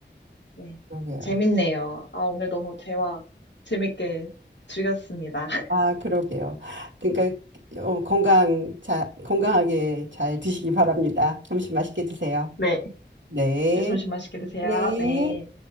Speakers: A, on the left (about 70°); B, on the right (about 85°).
A: 네.
B: 그러게요.
A: 재밌네요. 아, 오늘 너무 대화 재밌게 즐겼습니다. <laughs>
B: 아, 그러게요. 그러니까 어, 건강, 자, 건강하게 잘 드시기 바랍니다. 점심 맛있게 드세요.
A: 네,
B: 네,
A: 네, 점심 맛있게 드세요.
B: 네.
A: 네.